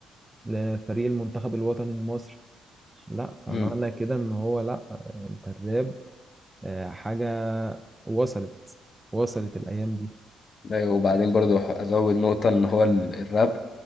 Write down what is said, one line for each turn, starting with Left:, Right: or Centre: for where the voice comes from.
Right: لفريق المنتخب الوطني المصري لا فمعنى
Left: امم
Right: كده ان هو لا انت الراب آه، حاجة وصلت وصلت الايام دي
Left: ايوه وبعدين برضو ح- ازود نقطة ان هو ال- الراب